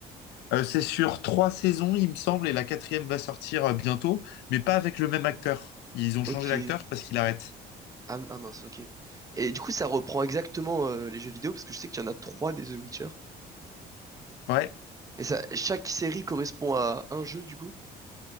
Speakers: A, on the left (about 85°); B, on the right (about 20°).
A: euh, c'est sur trois saisons, il me semble, et la quatrième va sortir euh, bientôt, mais pas avec le même acteur. Ils ont changé
B: Ok.
A: l'acteur parce qu'il arrête.
B: Ah, ah mince, ok. Et du coup, ça reprend exactement euh, les jeux vidéo parce que je sais qu'il y en a trois des The Witcher.
A: Ouais.
B: Et ça, chaque série correspond à un jeu du coup?